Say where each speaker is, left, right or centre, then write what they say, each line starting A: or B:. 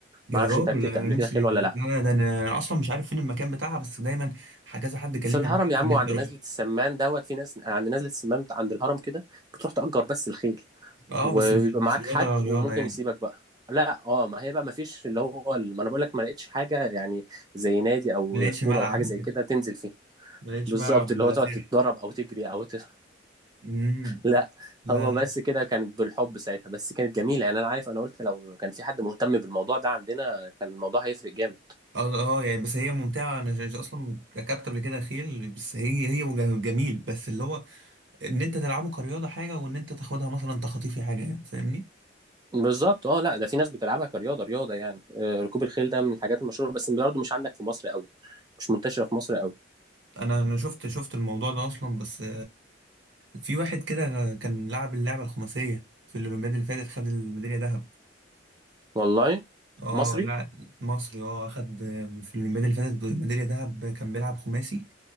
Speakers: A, on the right; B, on the right.
A: يا
B: معرفش
A: راجل
B: أنت ركبت
A: أنا
B: قبل
A: نفسي
B: كده خيل ولا لأ
A: لا لا ده أنا أصلا مش عارف فين المكان بتاعها بس دايما كذا حد كلمني
B: في الهرم
A: عليها
B: يا
A: وكان
B: عم
A: نفسي
B: وعند
A: أروحها
B: نزلة السمان دوت في ناس عند نزلة السمان بتاع- عند الهرم كده بتروح تأجر بس الخيل
A: أه
B: ويبقى
A: بس مش مش
B: معاك
A: رياضة
B: حد
A: رياضة
B: وممكن
A: يعني
B: يسيبك بقى لا اه ما هي بقى ما فيش اللي هو ال- ما انا بقول لك ما لقيتش حاجه يعني زي نادي او
A: ما لقيتش
B: اسطوله
A: ملعب
B: او حاجه زي
A: وكده
B: كده تنزل فيه
A: ما لقيتش
B: بالظبط
A: ملعب
B: اللي
A: ولا
B: هو تقعد
A: ساحة
B: تتدرب او تجري او ت...
A: أمم
B: لا
A: لا
B: هو
A: لا
B: بس كده كان بالحب ساعتها بس كانت جميله يعني انا عارف انا قلت لو كان في حد مهتم بالموضوع ده عندنا كان الموضوع هيفرق جامد
A: أه أه يعني بس هي ممتعة أنا ج- أصلا ركبت قبل كده خيل بس هي هي وج- جميل بس اللي هو إن أنت تلعبه كرياضة حاجة وإن أنت تاخدها مثلا تخطيفي حاجة يعني فاهمني؟
B: بالظبط اه لا ده في ناس بتلعبها كرياضه رياضه يعني آه، ركوب الخيل ده من الحاجات المشهوره بس برضه مش عندك في مصر قوي مش منتشره في مصر قوي
A: أنا أنا شفت شفت الموضوع ده أصلا بس في واحد كده كان لعب اللعبة الخماسية في الأولمبياد اللي فاتت خد الميدالية ذهب
B: والله
A: اه
B: مصري
A: لا مصري اه أخد في الأولمبياد اللي فاتت ميدالية ذهب كان بيلعب خماسي